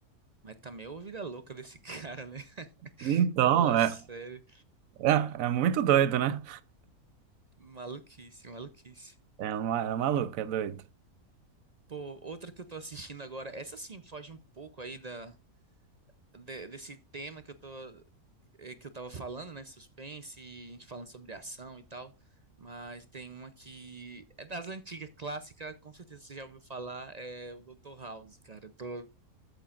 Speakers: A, on the right; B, on the right.
A: Mas também é a vida louca desse cara, né? <laughs>
B: Então,
A: Lá
B: é,
A: sério.
B: é, é muito doido, né?
A: Maluquice, maluquice.
B: É, uma, é maluco, é doido.
A: Pô, outra que eu tô assistindo agora, essa sim foge um pouco aí da, de- desse tema que eu tô, eh, que eu tava falando, né? Suspense, a gente falando sobre ação e tal. Mas tem uma que é das antigas, clássica, com certeza você já ouviu falar, é o Dr. House, cara. Eu tô